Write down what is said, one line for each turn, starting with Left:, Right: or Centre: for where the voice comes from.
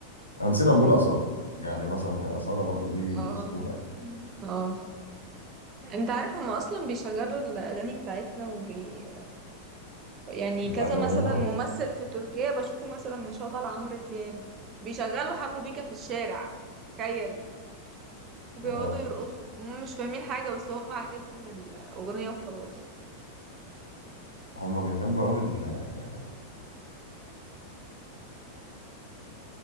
Left: هنسينا نقول
Right: أيوة.
Left: أصالة يعني مثلا يا أصالة برضو دي
Right: اه
Left: أسطورة يعني
Right: اه انت عارف هما اصلا بيشغلوا الاغاني بتاعتنا وبي يعني
Left: بيتعلموا
Right: كذا
Left: منها
Right: مثلا ممثل
Left: ولا
Right: في تركيا بشوفه مثلا مشغل عمرو دياب بيشغلوا حمو بيكا في الشارع تخيل وبيقعدوا
Left: آه،
Right: يرقصوا هم مش فاهمين حاجة بس هم عاجبهم الأغنية وخلاص إن
Left: هم بيحبوا أوي ال... آه،